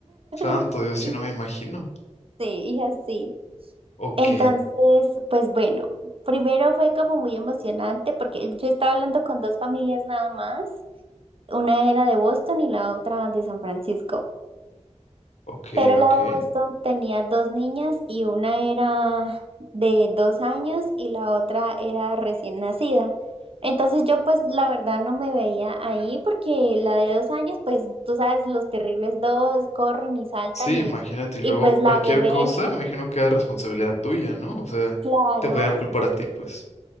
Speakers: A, on the left; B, on the right.
A: Santo
B: <laughs>
A: Dios, si
B: Y
A: no me imagino.
B: sí, y así.
A: Ok,
B: Entonces, pues bueno, primero fue como muy emocionante porque yo estaba hablando con dos familias nada más, una era de Boston y la otra de San Francisco.
A: ok,
B: Pero la
A: ok.
B: de Boston tenía dos niñas y una era de dos años y la otra era recién nacida. Entonces yo pues la verdad no me veía ahí porque la de dos años pues tú sabes los terribles dos corren y saltan
A: Sí,
B: y,
A: imagínate, y luego
B: y pues la
A: cualquier
B: bebé,
A: cosa, me imagino que era responsabilidad tuya, ¿no? O sea,
B: <laughs> claro,
A: te podían culpar a ti, pues.